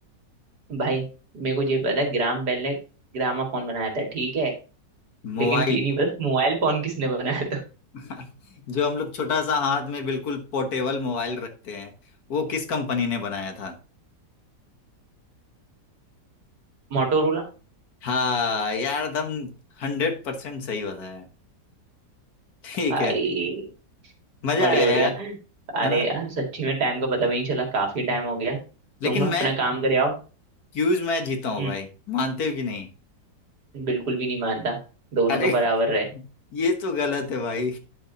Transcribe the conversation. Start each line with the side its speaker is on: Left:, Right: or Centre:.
Right: भाई मेरे को ये पता है ग्राम बेल ने ग्रामाफोन बनाया था ठीक है लेकिन
Left: मोबाइल
Right: ये नहीं पता मोबाइल फोन किसने बनाया था
Left: <laughs> जो हम लोग छोटा सा हाथ में बिल्कुल पोर्टेबल मोबाइल रखते हैं वो किस कंपनी ने बनाया था
Right: मोटोरोला
Left: हाँ यार दम हंड्रेड परसेंट सही बताया ठीक
Right: आई
Left: है मजा
Right: बढ़िया
Left: आया
Right: बढ़िया
Left: यार
Right: अरे
Left: है ना
Right: यार सच्ची में टाइम का पता भी नहीं चला काफी टाइम हो गया
Left: लेकिन
Right: तुम अपना
Left: मैं
Right: काम करे आओ
Left: क्यूज मैं जीता हूँ
Right: हम्म,
Left: भाई मानते हो कि नहीं
Right: बिल्कुल भी नहीं मानता दोनों
Left: अरे
Right: का बराबर रहे
Left: ये तो गलत है भाई